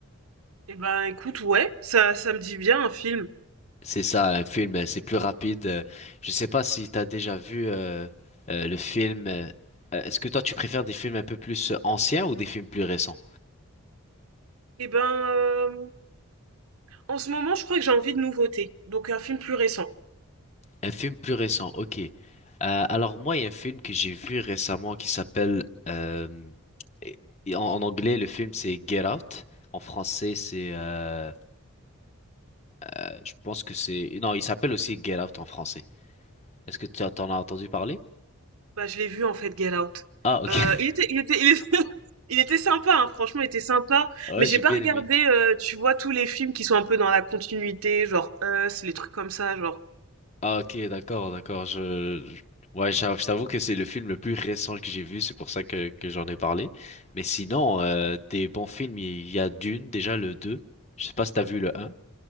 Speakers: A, on the right; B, on the left.
A: Eh ben, écoute, ouais, ça, ça me dit bien un film.
B: C'est ça, un film, euh, c'est plus rapide. euh, Je sais pas si t'as déjà vu euh, euh, le film. euh, euh, Est-ce que toi tu préfères des films un peu plus euh, anciens ou des films plus récents?
A: Eh ben, euh, en ce moment, je crois que j'ai envie de nouveautés. Donc, un film plus récent.
B: Un film plus récent, ok. Euh, alors moi, il y a un film que j'ai vu récemment qui s'appelle euh, et- et en, en anglais le film c'est Get Out. En français c'est, euh, euh, je pense que c'est, non, il s'appelle aussi Get Out en français. Est-ce que tu en as entendu parler?
A: Bah, je l'ai vu en fait Get Out.
B: Ah ok.
A: Euh, il
B: <laughs>
A: était, il était, il est- <laughs> il était sympa, hein, franchement, il était sympa.
B: Ouais,
A: Mais j'ai
B: j'ai
A: pas
B: bien
A: regardé,
B: aimé.
A: euh, tu vois, tous les films qui sont un peu dans la continuité, genre Us, les trucs comme ça, genre.
B: Ah, ok, d'accord, d'accord. Je, je- ouais, j'a- je t'avoue que c'est le film le plus récent que j'ai vu, c'est pour ça que, que j'en ai parlé. Mais sinon, euh, des bons films, il y a Dune, déjà le 2. Je sais pas si t'as vu le un.